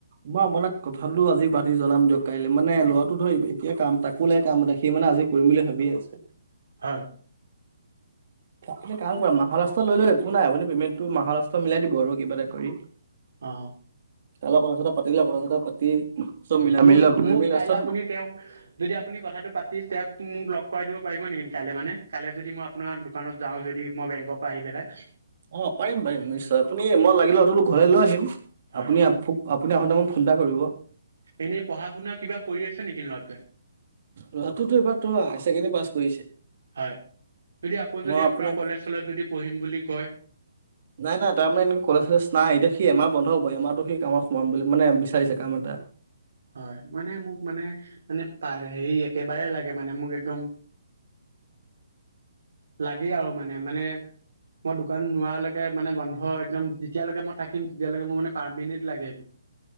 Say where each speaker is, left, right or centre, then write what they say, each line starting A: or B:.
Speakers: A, on the right (about 55°); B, on the right (about 75°).
A: মই আপোনাক কথাটো আজি পাতি জনাম দিয়ক কাইলৈ। মানে লৰাটো ধৰ এতিয় কাম তাক ক'লে কাম এটা সি মানে আজি কৰিম বুলি ভাবিয়ে আছে।
B: হয়।
A: তুমি কাম কৰা মাহৰ লাষ্টত লৈ লৈ একো নাই, আপুনি পেমেণ্টটো মাহৰ লাষ্টত মিলাই দিব আৰু কিবা এটা কৰি।
B: অ।
A: তাৰ লগত কথা চথা পাতিলে, কথা চথা পাতি চব মিলাই
B: মোক
A: মিলি লওক
B: মোক
A: মিলি
B: কাইলৈ
A: লাষ্টত
B: আপুনি তেওঁক যদি আপুনি কথাটো পাতি তেওঁক মোক লগ কৰাই দিব পাৰিব নেকি, কাইলৈ মানে, কাইলৈ যদি মই আপোনাৰ দোকানত যাওঁ যদি মই বেংকৰ পা আহি পেলাই।
A: অ' পাৰিম, পাৰিম নিশ্চয়, আপুনি মই লাগিলে অতল ঘৰ লৈ আহিম,
B: হয়
A: আপুনি আপুনি আহঁতে মোক ফোন এটা কৰিব।
B: এনেই পঢ়া শুনা কিবা কৰি আছে নেকি লৰাটোৱে।
A: লৰাটোতো এবাৰ তোৰ হায়াৰ ছেকেণ্ডৰী পাছ কৰিছে,
B: হয় যদি আকৌ যদি
A: মই
B: আপোনাৰ
A: আপোনাক
B: কলেজ যদি পঢ়িম বুলি কয়?
A: নাই নাই তাৰ মানে এনেকে কলেজ চলেজ নাই, এতিয়া সি এমাহ বন্ধ হ'ব, এমাহটো সি কামত সোমাম বুলি মানে বিচাৰিছে কাম এটা।
B: হয়' মানে মোক মানে, মানে হেৰি একেবাৰে লাগে মানে মোক একদম লাগেই আৰু মানে মানে মই দোকান নোৱালৈকে মানে বন্ধ হয়' একদম যেতিয়ালৈকে মই থাকিম, তেতিয়ালৈকে মোৰ মানে পাৰ্মেনেণ্ট লাগে।